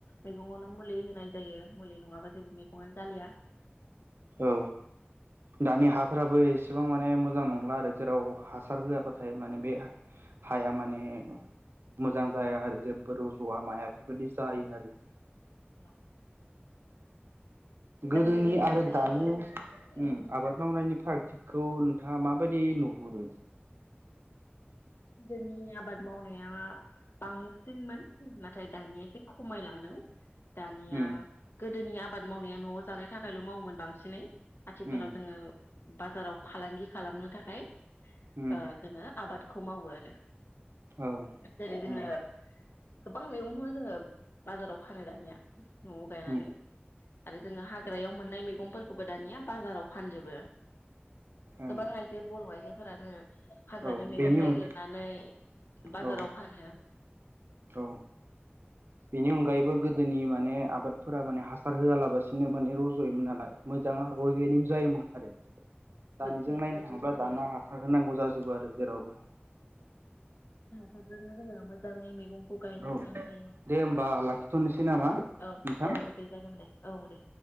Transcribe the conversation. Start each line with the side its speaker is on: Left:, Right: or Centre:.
Left: मैगङावनो मुलि होनाय जायो मुलि नङाबा जेबो मैगङानो जालिया।
Right: औ दानि हाफोराबो एसेबां माने मोजां नंला आरो जेराव हासार होआबाथाय माने बे हाया माने मोजां जाया आरो जेबो रज'वा माया बेफोरबायदि जायो आरो।
Left: औ।
Right: गोदोनि
Left: मैगंफोरखौबो
Right: आरो दानि उम
Left: औ
Right: आबाद मावनायनि फार थिकखौ नोंथाङा माबायदि नुहरो?
Left: गोदोनि आबाद मावनाया बांसिनमोन नाथाय दानिया एसे खमायलांदों। दानिया
Right: उम
Left: गोदोनि आबाद मावनाया नआव जानाय थाखायल मावोमोन बांसिनै। आथिखालाव
Right: उम
Left: जोङो बाजाराव फालांगि खालामनो थाखाय
Right: उम
Left: ओ जोङो आबाद खौ मावो आरो।
Right: औ
Left: जेरै जोङो
Right: उम
Left: गोबां मैगंखौ जोङो बाजाराव फानो दानिया। नआव गायनानै
Right: उम
Left: आरो जोङो हाग्रायाव मोननाय मैगंफोरखौबो दानिया बाजाराव फानजोबो
Right: ओं
Left: गोबां आइजो बर आइजोफोरा जोङो हाग्रानि
Right: औ
Left: मैगं।
Right: बेनि
Left: नागिरनानै
Right: उन
Left: बाजाराव
Right: औ
Left: फानो
Right: औ बेनि अन अनगायैबो गोदोनि माने आबादफोरा माने हासार होआलाबसिनो माने रजयोमोन नालाय मोजां आरो अर्गेनिक जायोमोन आरो
Left: गोबोरखि
Right: दानिजों
Left: हासारजों
Right: नायनो थाङोब्ला
Left: जोङो
Right: दानया हासार होनांगौ जाजोबो आरो जेरावबो।
Left: <unintelligible> मोजाङै मैगं। खौ गायनानै
Right: औ
Left: लानो हायोमोन
Right: दे होमबा लाखिथ'नोसै नामा
Left: औ
Right: नोंथां
Left: औ दे जागोन दे औ दे।